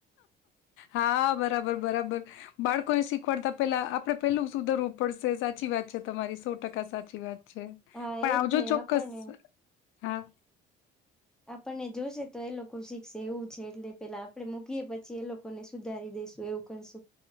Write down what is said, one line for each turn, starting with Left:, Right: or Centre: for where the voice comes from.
Left: હા બરાબર-બરાબર બાળકોને શીખવાડતા પેલા આપડે પેલું સુધરવું પડશે સાચી વાત છે તમારી સો ટકા સાચી વાત.
Centre: હા
Left: પણ
Centre: એજ
Left: આવજો
Centre: ને
Left: ચોક્કસ.
Centre: આપણને
Left: હા.
Centre: આપણને જોશે તો એ લોકો શીખશે એવું છે એટલે પેલા આપડે મૂકીએ પછી એ લોકોને સુધારી દેસું એવું કરશું.